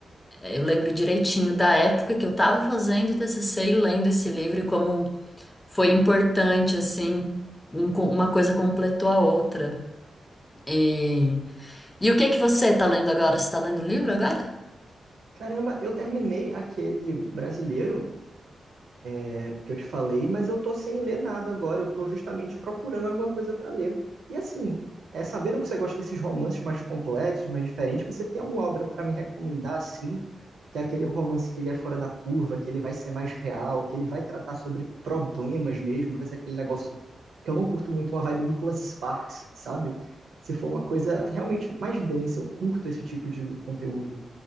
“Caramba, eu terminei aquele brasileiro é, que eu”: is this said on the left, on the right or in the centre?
Right